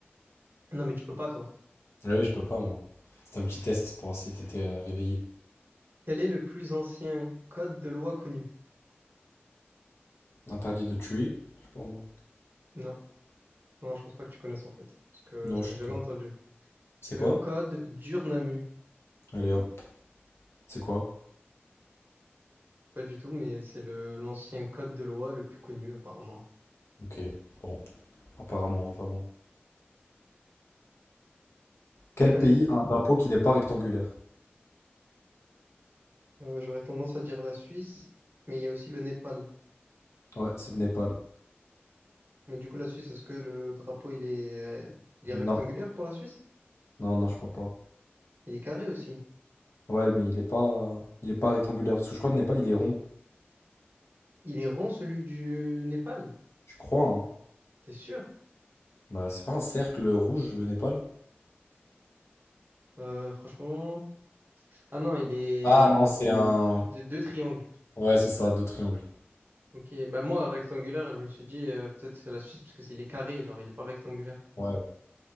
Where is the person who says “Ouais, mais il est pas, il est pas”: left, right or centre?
Left